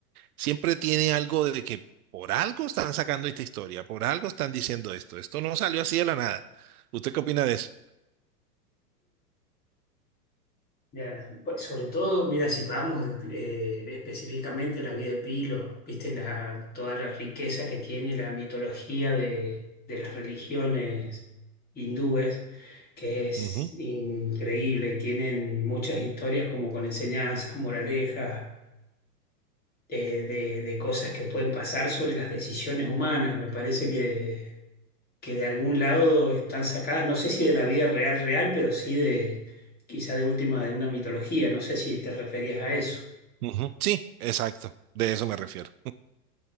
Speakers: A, on the right (about 65°); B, on the left (about 20°).
A: siempre tiene algo de que por algo están sacando esta historia, por algo están diciendo esto. Esto no salió así de la nada. ¿Usted qué opina de eso?
B: Ya, pues, sobre todo, mira, si vamos eh, específicamente a la vida de Pilo, viste la, toda la riqueza que tiene la mitología de, de las religiones hindúes, que es
A: Ujú,
B: increíble y tienen muchas historias como con enseñanzas, moralejas, eh, de, de cosas que pueden pasar sobre las decisiones humanas. Me parece que que de algún lado están sacadas, no sé si de la vida real real, pero sí de quizá de última de una mitología, no sé si te referías a eso,
A: ujú. Sí, exacto. De eso me refiero.